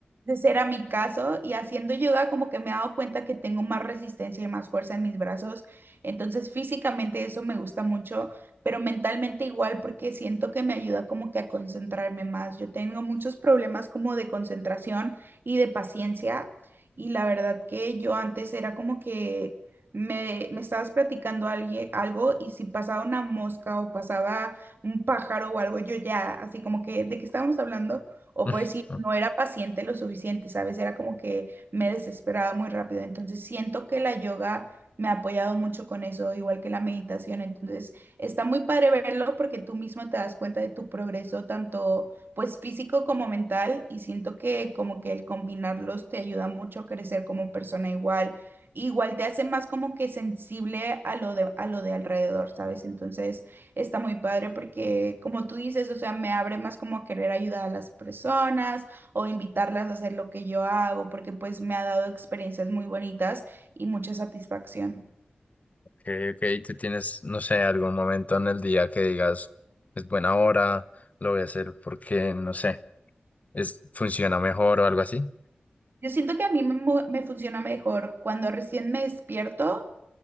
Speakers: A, on the right; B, on the left.
A: Ese era mi caso y haciendo yoga como que me he dado cuenta que tengo más resistencia y más fuerza en mis brazos. Entonces físicamente eso me gusta mucho, pero mentalmente igual porque siento que me ayuda como que a concentrarme más. Yo tengo muchos problemas como de concentración y de paciencia y la verdad que yo antes era como que me, me estabas platicando alguien, algo y si pasaba una mosca o pasaba un pájaro o algo, yo ya así como que de qué estábamos hablando. O
B: <laughs>
A: por decir, no era paciente lo suficiente, ¿sabes? Era como que me desesperaba muy rápido. Entonces siento que la yoga me ha apoyado mucho con eso, igual que la meditación. Entonces está muy padre verlo porque tú mismo te das cuenta de tu progreso, tanto pues físico como mental. Y siento que como que el combinarlos te ayuda mucho a crecer como persona igual. Igual te hace más como que sensible a lo de, a lo de alrededor, ¿sabes? Entonces... Está muy padre porque, como tú dices, o sea, me abre más como a querer ayudar a las personas o invitarlas a hacer lo que yo hago, porque pues me ha dado experiencias muy bonitas y mucha satisfacción.
B: Ok, ok, tú tienes, no sé, algún momento en el día que digas, es buena hora, lo voy a hacer porque, no sé, es, funciona mejor o algo así.
A: Yo siento que a mí me, mu- me funciona mejor cuando recién me despierto.